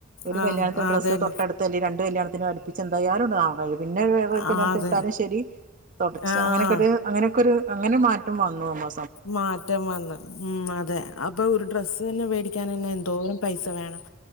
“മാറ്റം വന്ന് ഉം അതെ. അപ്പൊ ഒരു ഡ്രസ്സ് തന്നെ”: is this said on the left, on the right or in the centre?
Left